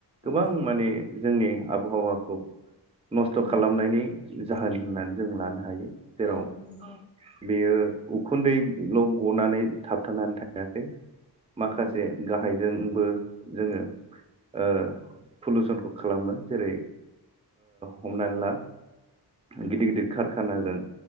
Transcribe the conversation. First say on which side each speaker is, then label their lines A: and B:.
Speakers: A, on the left; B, on the right.
A: औ
B: गोबां माने जोंनि आबहावाखौ नस्थ'
A: उम
B: खालामनायनि जाहोन होननानै जों लानो हायो। जेराव
A: औ नंगौ।
B: बेयो उखुन्दैल' गनानै थाबथानानै थायाखै माखासे
A: नंगौ
B: गाहायजोंबो जोङो ओ पलुसनखौ खालामो ओ जेरै हमनानै
A: नंगौ
B: ला गिदिर गिदिर कारखानाजों